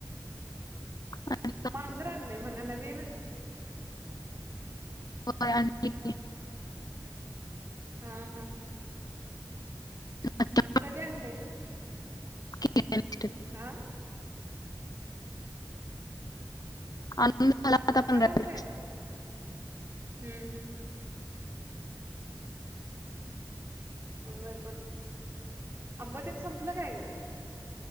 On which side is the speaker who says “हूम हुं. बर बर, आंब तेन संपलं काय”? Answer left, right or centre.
Right